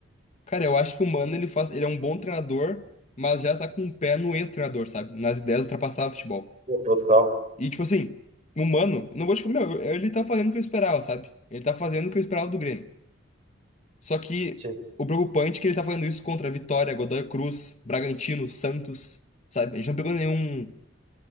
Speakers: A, on the left (about 35°); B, on the right (about 35°).
A: Cara, eu acho que o Mano, ele faz, ele é um bom treinador, mas já tá com o pé no ex-treinador, sabe? Nas ideias de ultrapassar o futebol.
B: Pô, Total.
A: E, tipo assim, o Mano, não vou te falar, meu, ele tá fazendo o que eu esperava, sabe? Ele tá fazendo o que eu esperava do Grêmio. Só que
B: Sim,
A: o preocupante é que ele tá fazendo isso contra Vitória, Godoy Cruz, Bragantino, Santos, sabe? A gente não pegou nenhum...